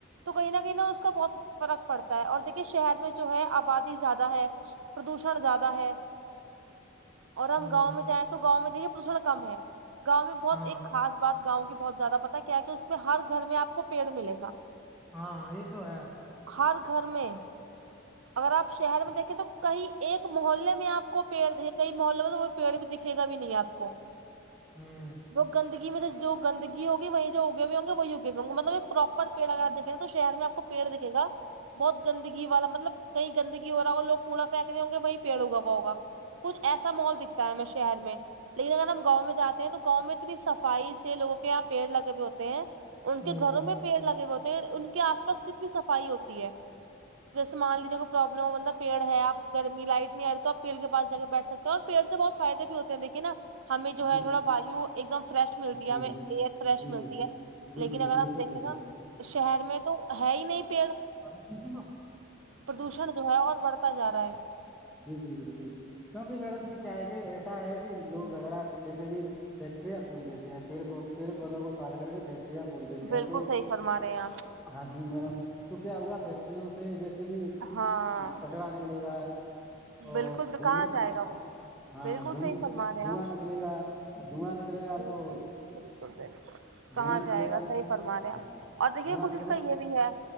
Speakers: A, on the right; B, in the centre.
A: تو کہیں نہ کہیں نہ اس کا بہت فرق پڑتا ہے اور دیکھیے شہر میں جو ہے آبادی زیادہ ہے پردوشن زیادہ ہے <inaudible> اور ہم
B: ہوں
A: گاؤں میں جائیں تو گاؤں میں دیکے پشن کم ہے گاؤں میں بہت
B: ہاں
A: ایک خاص بات گاؤں کی بہت زیادہ پتا ہے کیا کہ اس میں ہر گھر میں آپ کو پیڑ ملے گا
B: ہاں یہ تو ہے
A: ہر گھر میں اگر آپ شہر میں دیکھیں تو کئی ایک محلے میں آپ کو پیڑ دیں کئی محلے میں تو پیڑ بھی دکھے گا بھی نہیں آپ کو
B: ہوں
A: وہ گندگی میں جو گندگی ہوگی وہی جو اگے بھی ہوں گے وہی اگے بھی ہ گے مطلب ایک پراپر پڑ اگر دیکیں گ تو شہ میں آپ کو پیڑ دکھےا بہت گندگی والا مطلب کہیں گندگی ہو رہا ہوو کوڑا پھینکے ہوں گے وہیں پیڑ اگا ہوا ہوگا کچھ ایسا ماحول دکھتا ہے میں شہر میں لیکن اگر ہم گاؤں میں جاتے ہیں تو گاؤں میں اتنی صفائی سے لوگوں کو یہاں پیڑ لگے ہوئے ہوتے ہیں ان کے
B: ہوں
A: گھروں میں پیڑ لگے ہوئے ہوتے ہیں ان کے آس پاس کتنی صفائی ہوتی ہے جیسے مان لیجیے کوئی پرابلم ہو ب پیڑ ہے آپ گرمی لائٹ نہیں آ رہ توپ پیڑ کے پا ج کے بیٹھ سکتے ہیں اور پیڑ سے بہت فائدے بھی ہوتے ہیں دیکے نا ہمیں جو
B: جی
A: ہے تھوڑا وایو ایک دم فریش ملتی
B: جی
A: ہے
B: جی
A: ہمیں
B: جی
A: ایئر فریش
B: جی
A: ملتی ہے
B: جی
A: لیکن
B: جی
A: اگر
B: جی بالکل
A: ہم دیکھیں
B: بالکل
A: نا شہر میں تو ہے ہی نہیں پیڑ
B: پروش تھی کو
A: پردوشن جو ہے اور بڑھتا جا رہا ہے
B: جی جی بالکل کیونکہ میڈم جی کیا ہے کہ ایسا ہے کہ
A: جی
B: لوگ اگر جیسے کہ فیکٹریاں کھول دیتی ہیں پڑ کو پیڑ پودوں کو کاٹ کر کے فٹری تو بول رہے تھے
A: بالکل
B: ہیں تو
A: صحیح فرما رہے ہیں آپ
B: ہاں جی میڈم تو کیا ہوا فیکٹریوں سے جیکسے کہ
A: ہاں
B: کچرا نکلے گا
A: بالکل
B: اور
A: تو
B: دھومر
A: کہاں جائے گا وہ
B: ہاں
A: بالکل
B: دھوم
A: صحیح فرما رہے ہیں
B: دھواں
A: آپ
B: نکلے گا دھواں نکلے گا
A: جی
B: تو
A: جی بالکل بالکل کہاں
B: دھواں نکلے
A: جائے گا صحیح فرما رہے
B: ہاں
A: آپ <unintelligible> اور دیکھیے
B: دھواں
A: کچھ
B: نکلے
A: اس کا یہ بھی ہے